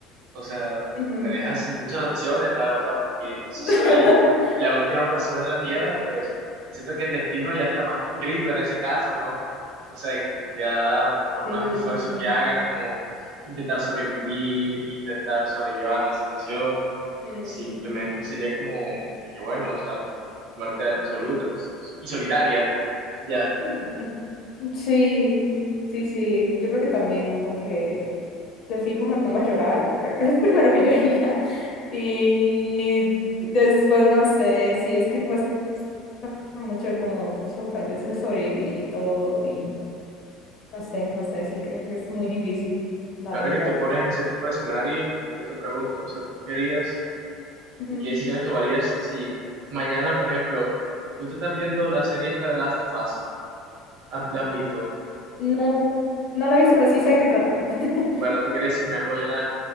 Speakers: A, on the right; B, on the left.
A: O sea,
B: Ujú.
A: me deja sin muchas opciones, la verdad, porque si
B: <laughs>
A: soy la última persona en la Tierra, pues yo siento que el destino ya está más que escrito en ese caso, ¿no? O sea, ya por
B: Sí.
A: más esfuerzos que haga, como intentar sobrevivir, intentar sobrellevar la situación,
B: Mm.
A: simplemente sería como de que, bueno, o sea, muerte absoluta y solitaria, ya.
B: <laughs> Mm, Sí, sí, sí. Yo creo que también como que de fijo me pongo a llorar, creo que es lo <laughs> primero que yo haría. <laughs> Y después no sé, sí, es que cuesta mucho como so- tal vez el sobrevivir y todo y no sé, no sé, sí, creo que es muy difícil, la
A: Ahora
B: verdad.
A: que tú pones ese tipo de escenario, yo te pregunto, o sea, ¿tú querías
B: Ujú.
A: y qué decisiones tomarías si mañana, por ejemplo, tú te estás viendo la serie esta de Last of Us, ¿ha- la has visto?
B: No, no la he visto, pero sí sé de qué trata. <laughs>
A: Bueno, ¿tú querías si, por ejemplo, mañana